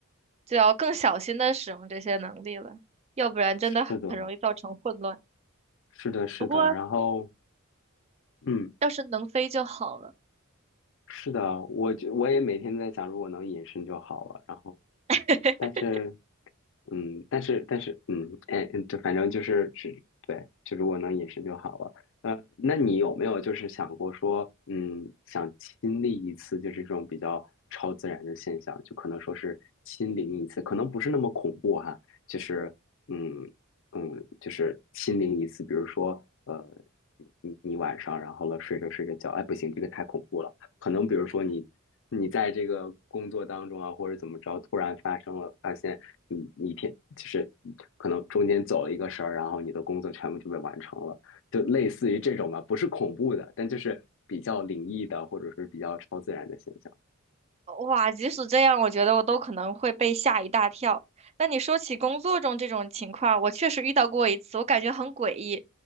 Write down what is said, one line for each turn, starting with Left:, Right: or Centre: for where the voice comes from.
Right: 就要更小心的使用这些能力了，要不然真的很容易造成混乱。
Left: 是的，是的，是的。
Right: 不过
Left: 然后，嗯，
Right: 要是能飞就好了。
Left: 是的，我就我也每天在想，如果能隐身就好了。然后，
Right: <laughs>
Left: 但是嗯，但是但是，嗯，哎，嗯这反正就是是，对，就如果能隐身就好了。呃，那你有没有就是想过说，嗯，想亲历一次就是这种比较超自然的现象，就可能说是亲临一次，可能不是那么恐怖哈，就是嗯嗯，就是亲临一次，比如说呃，你你晚上然后了睡着睡着觉，哎不行，这个太恐怖了，可能比如说你。你在这个工作当中啊，或者怎么着，突然发生了，发现你你一天就是可能中间走了一个神儿，然后你的工作全部就被完成了，就类似于这种吧，不是恐怖的，但就是比较灵异的或者是比较超自然的现象。
Right: 哇，即使这样，我觉得我都可能会被吓一大跳。但你说起工作中这种情况，我确实遇到过一次，我感觉很诡异，